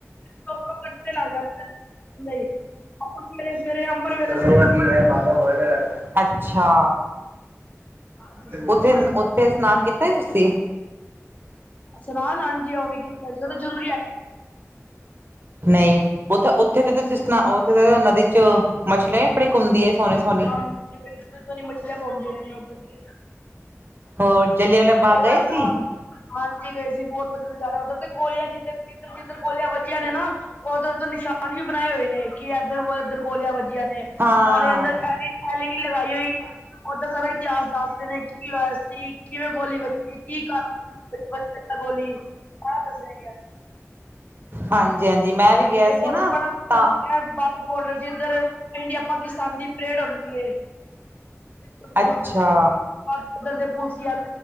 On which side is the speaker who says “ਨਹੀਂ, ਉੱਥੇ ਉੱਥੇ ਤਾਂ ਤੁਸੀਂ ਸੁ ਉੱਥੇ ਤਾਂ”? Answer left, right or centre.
Right